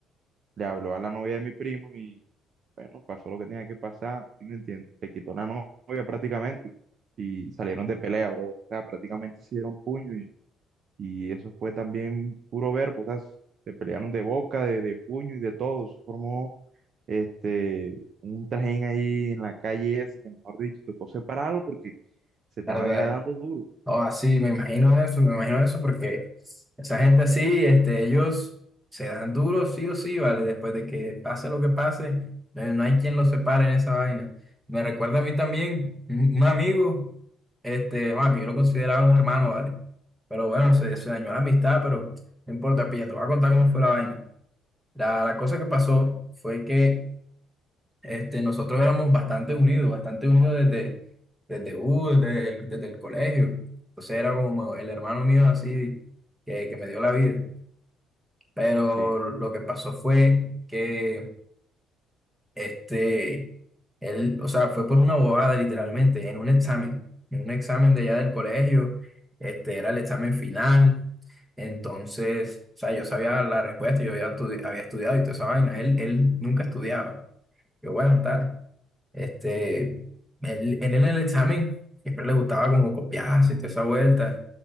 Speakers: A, on the right; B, in the centre.
A: le habló a la novia de mi primo y, bueno, pasó lo que tenía que pasar, ¿sí me entiendes? Le quitó la novia prácticamente y salieron de pelea, bro. O sea, prácticamente se dieron puño y y eso fue también puro verbo, o sea, se pelearon de boca, de, de puño y de todo. Se formó este, un trajín ahí en la calle esa, que mejor dicho, tocó separarlo porque se estaban
B: claro, verdad.
A: era dando duro.
B: O así, me imagino eso, me imagino eso porque esa gente así, este, ellos se dan duro sí o sí, ¿vale? Después de que pase lo que pase, eh, no hay quien los separe en esa vaina. Me recuerda a mí también un un amigo, este, bueno, que yo lo consideraba un hermano, ¿vale? Pero bueno, se, se dañó la amistad, pero no importa, pilla, te voy a contar cómo fue la vaina. La, la cosa que pasó fue que este, nosotros éramos bastante unidos, bastante unidos desde, desde, uh, desde el, desde el colegio. Entonces era como el hermano mío así que, que me dio la vida. Pero
A: Sí,
B: lo que pasó fue que este, él, o sea, fue por una bobada literalmente, en un examen, en un examen de allá del colegio, este, era el examen final. Entonces, o sea, yo sabía la respuesta, yo había, estudi- había estudiado y toda esa vaina. Él, él nunca estudiaba. Yo, bueno, tal. Este, él, en él en el examen siempre le gustaba como copiarse y toda esa vuelta.